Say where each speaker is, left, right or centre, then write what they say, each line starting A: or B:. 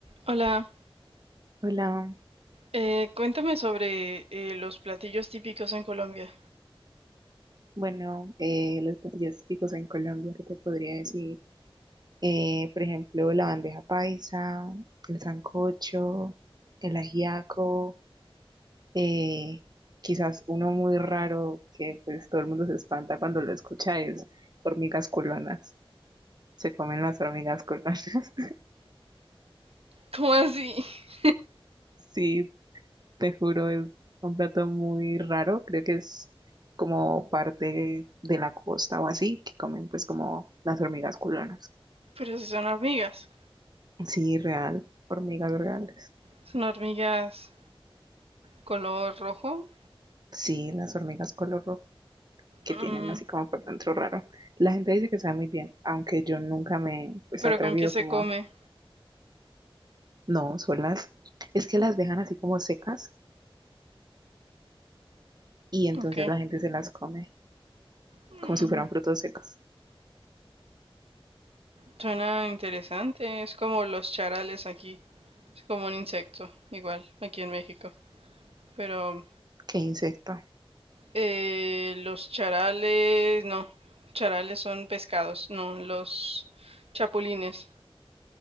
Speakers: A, on the right; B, on the right.
A: Hola,
B: Hola,
A: eh, cuéntame sobre eh, los platillos típicos en Colombia.
B: bueno, eh, los platillos típicos en Colombia, ¿qué te podría decir? Eh, por ejemplo, la bandeja paisa, el sancocho, el ajiaco, eh, quizás uno muy raro que pues todo el mundo se espanta cuando lo escucha es hormigas culonas. Se comen las hormigas culonas. <laughs>
A: ¿Cómo así? <laughs>
B: Sí, te juro, es un plato muy raro. Creo que es como parte de la costa o así, que comen pues como las hormigas culonas.
A: Pero si son hormigas.
B: Sí, real, hormigas vergales.
A: Son hormigas color rojo.
B: Sí, las hormigas color rojo que
A: Mm,
B: tienen así como por dentro raro. La gente dice que sabe muy bien, aunque yo nunca me pues
A: pero
B: he atrevido
A: ¿con qué se
B: como
A: come?
B: a... No, son las... Es que las dejan así como secas y entonces
A: Ok.
B: la gente se las come
A: Mm,
B: como si fueran frutos secos.
A: suena interesante. Es como los charales aquí. Es como un insecto, igual, aquí en México. Pero
B: Qué insecto.
A: eh, los charales, no. Charales son pescados, no. Los chapulines.